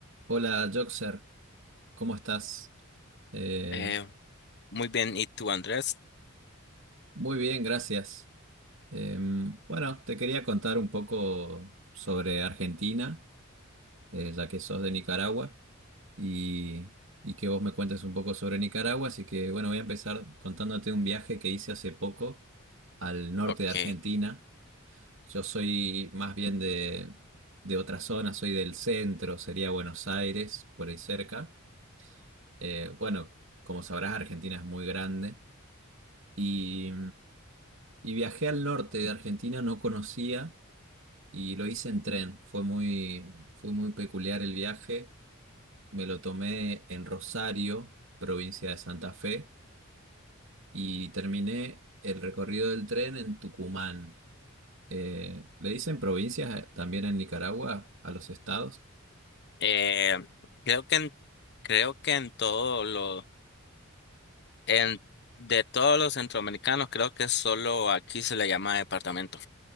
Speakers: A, on the right; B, on the left.
A: Hola, Joxer, ¿cómo estás? Eh,
B: Eh, muy bien, ¿y tú, Andrés?
A: muy bien, gracias. Em, bueno, te quería contar un poco sobre Argentina, eh, ya que sos de Nicaragua, y, y que vos me cuentes un poco sobre Nicaragua. Así que, bueno, voy a empezar contándote un viaje que hice hace poco al norte
B: Ok.
A: de Argentina. Yo soy más bien de, de otra zona, soy del centro, sería Buenos Aires, por ahí cerca. Eh, bueno, como sabrás, Argentina es muy grande. Y, y viajé al norte de Argentina, no conocía y lo hice en tren. Fue muy, fue muy peculiar el viaje. Me lo tomé en Rosario, provincia de Santa Fe, y terminé el recorrido del tren en Tucumán. Eh, ¿le dicen provincias eh, también en Nicaragua a los estados?
B: Eh, creo que en, creo que en todo lo, en, de todos los centroamericanos, creo que solo aquí se le llama departamento.